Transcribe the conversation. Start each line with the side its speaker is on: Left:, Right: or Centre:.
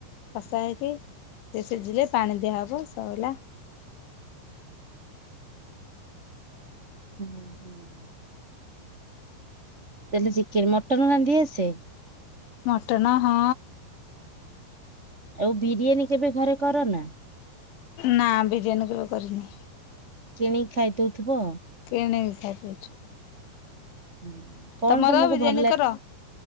Left: କଷା ହେଇକି ସେ ସିଝିଲେ ପାଣି ଦିଆହେବ ସଇଲା
Right: ହୁଁ ହୁଁଁ ଖାଲି ଚିକେନ ମଟନ ରାନ୍ଧି ଆସେ?
Left: ମଟନ ହଁ
Right: ଆଉ ବିରିୟାନୀ କେବେ ଘରେ କର ନା?
Left: ନା ବିରିୟାନୀ କେବେ କରିନି।
Right: କିଣିକି ଖାଇଦଉଥିବ?
Left: କିଣିକି ଖାଇ ଦଉଚୁ।
Right: ହୁଁ କଣ
Left: ତମର
Right: ତମକୁ
Left: ବିରିୟାନୀ
Right: ଭଲ ଲାଗେ?
Left: କର?